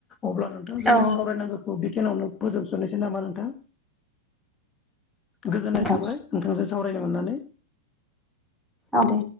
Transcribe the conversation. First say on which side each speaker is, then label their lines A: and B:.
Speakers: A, on the left; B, in the centre.
A: अब्ला नोंथां जोंनि
B: औ
A: सावरायनांगोखौ खिनियावनो फोजोबजोबनोसै नामा नोंथां? गोजोननाय
B: नोंथां
A: थाबाय नोंथांजों सावरायनो मोननानै।
B: औ दे।